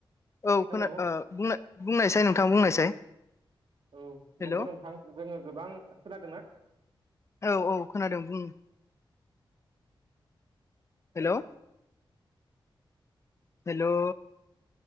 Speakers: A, on the left (about 30°); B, on the right (about 65°).
A: औ खोना
B: हेलौ
A: ओ बुंनायसाय नोंथां बुंनायसाय।
B: औ
A: हेल'
B: नंगौ नंथां जोङो गोबां खोनदोंना?
A: औ औ खोनादों बुं hello hello